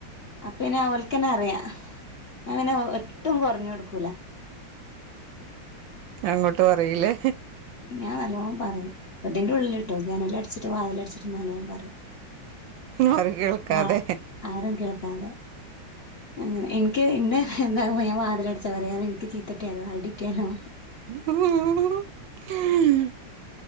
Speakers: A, on the left; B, on the right.
A: അപ്പെന്നെ ഓൽക്കന്നറിയാം ഞാൻ അങ്ങനെ ഒട്ടും കൊറഞ്ഞു കൊടുക്കും
B: അങ്ങോട്ട് പറയില്ലേ
A: ഞാൻ നല്ലോണം പറയും ഇതിന്റെ ഉള്ളിലിട്ടോ ജനല് അടച്ചിട്ട് വാതിലടച്ചിട്ട് നല്ലോണം പറയും
B: ആരും കേൾക്കാതെ
A: ആ ആരും കേൾക്കാതെ അങ്ങനെ എനിക്ക് ഇന്നെ എന്താകുമ്പ ഞാൻ വാതിലടച്ച് അവരെയാരെയും എനിക്ക് ചീത്തകിട്ടിയാലോ അടികിട്ടിയാലോ
B: <inaudible>